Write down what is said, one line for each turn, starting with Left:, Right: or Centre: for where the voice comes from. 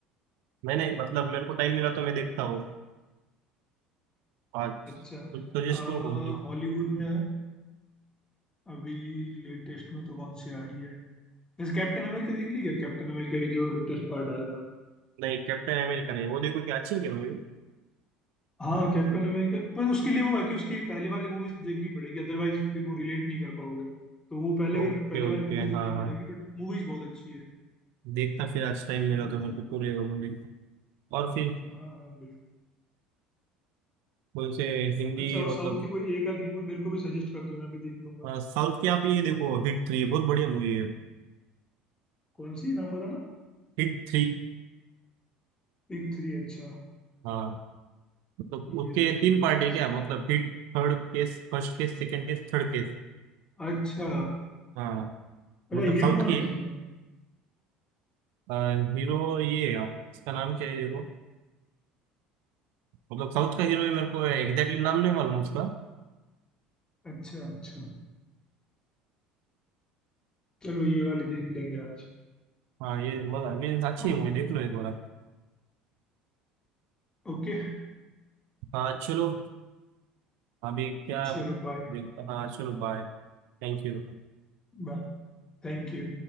Right: मैंने मतलब मेरे को टाइम मिला तो मैं देखता हूँ आज
Left: अच्छा
Right: कुछ सजेस्ट
Left: हॉलीवुड
Right: करो कौन सी
Left: में है अभी लेटेस्ट में तो कौन सी आ रही है जैसे कैप्टन अमेरिका देख ली क्या कैप्टन अमेरिका का जो लेटेस्ट पार्ट आया था
Right: नहीं कैप्टन अमेरिका नहीं वो देखो क्या अच्छी है क्या मूवी
Left: हाँ कैप्टन अमेरिका पर उसके लिए वो है कि उसकी पहले वाली मूवीज देखनी पड़ेगी अदरवाइज फिर वो रिलेट नहीं कर पाओगे तो वो पहले अगर
Right: ओके
Left: पहले वाली
Right: ओके
Left: मूवीज देखनी
Right: हाँ हाँ
Left: पड़ेगी बट मूवीज बहुत अच्छी है
Right: देखता फिर आज टाइम मिला
Left: वो
Right: तो मेरे
Left: चीज
Right: को पूरे मूवी और फिर
Left: हाँ हाँ बिल्कुल
Right: कौन से हिंदी
Left: अच्छा और साउथ
Right: मतलब
Left: की कोई एक आधी मूवी मेरे को भी सजेस्ट कर दो मैं भी देख लूंगा
Right: अ, साउथ की आप ये देखो हिट थ्री बहुत बढ़िया मूवी है
Left: कौन सी नाम बताना
Right: HIT three
Left: बिग थ्री अच्छा
Right: हाँ मतलब उसके
Left: ये देख
Right: तीन
Left: लूंगा
Right: पार्ट
Left: आज
Right: है क्या मतलब HIT third case first case second case third case
Left: अच्छा
Right: हाँ
Left: अच्छा
Right: मतलब
Left: हीरो
Right: साउथ
Left: कौन
Right: की
Left: है इसमें
Right: हीरो ये है आप इसका नाम क्या है हीरो मतलब साउथ का हीरो है मेरे को एग्जैक्टली नाम नहीं मालूम उसका
Left: अच्छा अच्छा चलो ये वाली देख लेंगे आज
Right: हाँ ये मजा मीन्स अच्छी
Left: Oh,
Right: है मुझे देख लो एक बार आप।
Left: okay
Right: हाँ चलो अभी क्या
Left: चलो बाय
Right: देख हाँ चलो बाय Thank you
Left: बाय Thank you